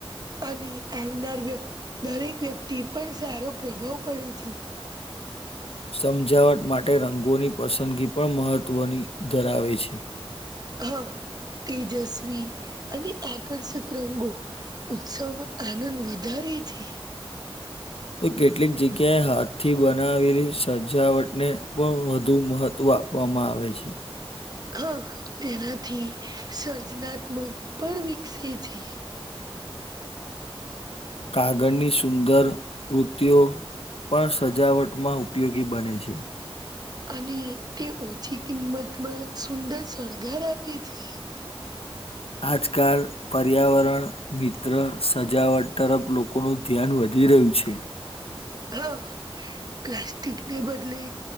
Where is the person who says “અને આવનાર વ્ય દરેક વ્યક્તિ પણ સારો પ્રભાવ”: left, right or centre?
Right